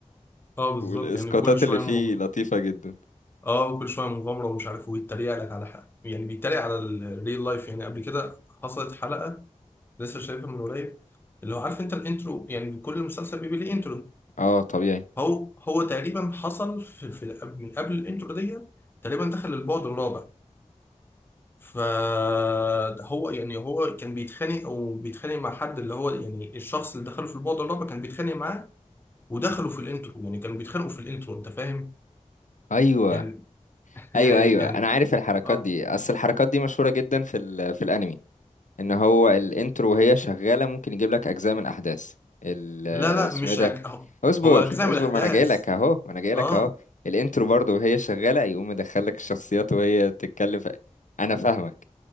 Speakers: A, on the left; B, on the left.
A: اه بالظبط
B: والاسقاطات
A: يعني كل شوية
B: اللي فيه
A: مغ...
B: لطيفة جدا
A: اه كل شوية مغامرة ومش عارف ويتريق لك على حاجة يعني بيتريق على الريل لايف يعني قبل كده حصلت حلقة لسه شايفها من قريب اللي هو عارف انت الانترو يعني كل مسلسل بيبقى ليه انترو
B: اه طبيعي
A: هو هو تقريبا حصل في, في من قبل الانترو دي تقريبا دخل البعد الرابع فهو يعني هو كان بيتخانق وبيتخانق مع حد اللي هو يعني الشخص اللي دخله في البعد الرابع كان بيتخانق معاه ودخلوا في الانترو يعني كانوا بيتخانقوا في الانترو انت فاهم
B: ايوه
A: يعني <laughs> يعني
B: ايوه ايوه
A: يعني
B: انا عارف الحركات
A: اه
B: دي اصل الحركات دي مشهورة جدا في ال... في الانمي ان هو الانترو وهي شغالة ممكن يجيب لك اجزاء من الاحداث ال-
A: لا لا
B: اسمه
A: مش
B: ايه ده
A: أج... هو
B: اصبر
A: هو اجزاء
B: اصبر
A: من الاحداث
B: ما انا جاي لك اهو ما انا جاي
A: اه
B: لك اهو الانترو برضه وهي شغاله يقوم مدخلك الشخصيات وهي بتتكلم ف- انا فاهمك